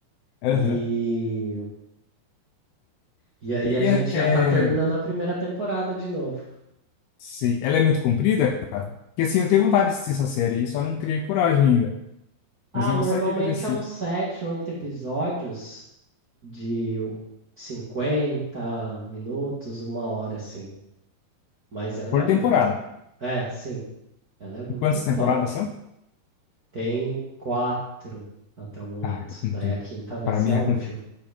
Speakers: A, on the left; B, on the right.
A: Aham.
B: E E aí
A: E,
B: a gente
A: e é,
B: já
A: é,
B: tá terminando a primeira temporada de novo.
A: sei. Ela é muito comprida? Porque assim, eu tenho vontade de assistir essa série e só não criei coragem ainda.
B: Ah,
A: Mas eu gostaria
B: normalmente
A: de assistir.
B: é uns sete, oito episódios de 50 minutos, uma hora, assim. Mas ela
A: Por
B: é muito.
A: temporada.
B: É, sim, ela é muito
A: E quantas temporadas
B: top.
A: são?
B: Tem quatro até o momento.
A: Ah, é comprida.
B: Daí a quinta vai
A: Para
B: ser
A: mim
B: a
A: é
B: última.
A: comprida.